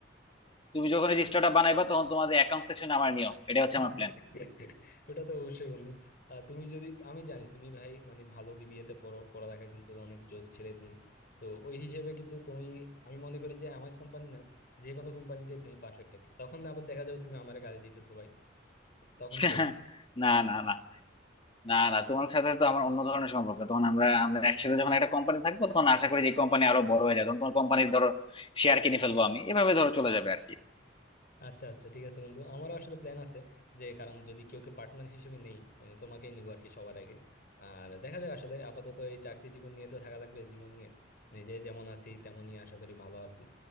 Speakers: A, on the left; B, on the left.
A: তুমি যখন এই যে স্টার্ট আপ বানাইবা তখন তোমাদের অ্যাকাউন্ট সেকশনে আমার নিও এটা হচ্ছে আমার
B: <laughs>
A: প্ল্যান
B: ওটা তো অবশ্যই বন্ধু আহ, তুমি যদি আমি জানি তুমি ভাই মানে ভালো বিবিএ তে পড়ো পড়ালেখা কিন্তু অনেক জোশ ছিলে তুমি তো ওই হিসেবে কিন্তু তুমি আমি মনে করি যে আমার কোম্পানি না যে কোনো কোম্পানিতে তুমি পারফেক্ট আর কি। তখন আবার দেখা যাবে তুমি আমার গালি দিতেছো ভাই তখন
A: <laughs>
B: কি হবে
A: না না না না না তোমার সাথে তো আমার অন্য ধরনের সম্পর্ক তখন আমরা আমরা একসাথে যখন একটা কোম্পানি থাকবো তখন আশা করি যে কোম্পানি আরো বড় হয়ে যাবে তখন তোমার কোম্পানির ধরো শেয়ার কিনে ফেলবো আমি এভাবে ধরো চলে যাবে আর কি
B: আচ্ছা আচ্ছা ঠিক আছে বন্ধু আমারও আসলে প্ল্যান আছে যে কারণ যদি কেউ কে পার্টনার হিসেবে নেই মানে তোমাকেই নিবো আর কি সবার আগে আর দেখা যাক আসলে আপাতত এই চাকরি জীবন নিয়ে তো থাকা লাগবে জীবন নিয়ে নিজে যেমন আছি তেমনই আশা করি ভালো আছি